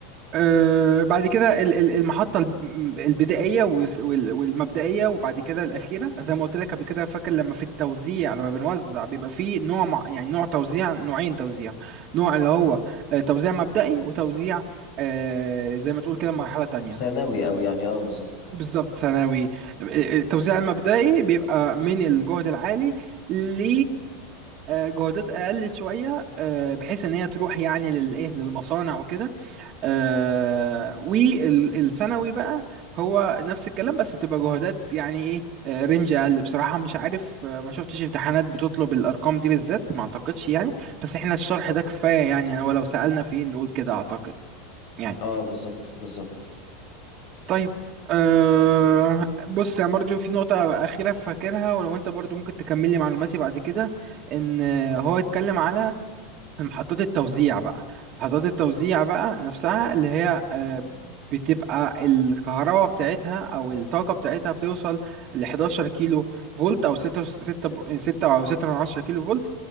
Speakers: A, on the right; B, on the left.
A: آه، بعد كده ال- ال- المحطة الب- البدائية والس- وال- والمبدئية وبعد كده الأخيرة زي ما قلت لك قبل كده فاكر لما في التوزيع لما بنوزع بيبقى فيه نوع مع- يعني نوع توزيع نوعين توزيع نوع اللي هو
B: مم.
A: آه، توزيع مبدئي وتوزيع آه، زي ما تقول كده مرحلة تانية
B: ثانوي او يعني اه بالظبط
A: بالظبط ثانوي آه، آه، التوزيع المبدئي بيبقى من الجهد العالي ل جهودات أقل شوية آه، بحيث إن هي تروح يعني للإيه للمصانع وكده آه والثانوي بقى هو نفس الكلام بس بتبقى جهودات يعني ايه آه، رينج اقل بصراحه مش عارف آه، ما شفتش امتحانات بتطلب الارقام دي بالذات ما اعتقدش يعني بس احنا الشرح ده كفايه يعني ولو سالنا فين نقول كده اعتقد يعني
B: اه بالظبط بالظبط
A: طيب أه بص يعني برضو في نقطة أخيرة فاكرها ولو أنت برضو ممكن تكملي معلوماتي بعد كده إن هو يتكلم على محطات التوزيع بقى محطات التوزيع بقى نفسها اللي هي آه، بتبقى الكهرباء بتاعتها او الطاقة بتاعتها بتوصل ل 11 كيلو فولت او 6 6 ب- 6 او 6 من 10 كيلو فولت